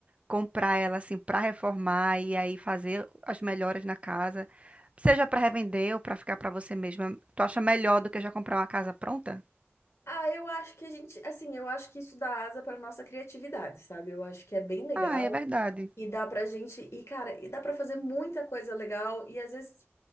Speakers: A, on the right; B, on the left.
A: comprar ela assim pra reformar e aí fazer as melhoras na casa, seja pra revender ou pra ficar pra você mesma? Tu acha melhor do que já comprar uma casa pronta?
B: ah, eu acho que a gente, assim, eu acho que isso dá asa para nossa criatividade, sabe? Eu acho que é bem legal.
A: Ah, é verdade.
B: E dá pra gente, e cara, e dá pra fazer muita coisa legal. E às vezes,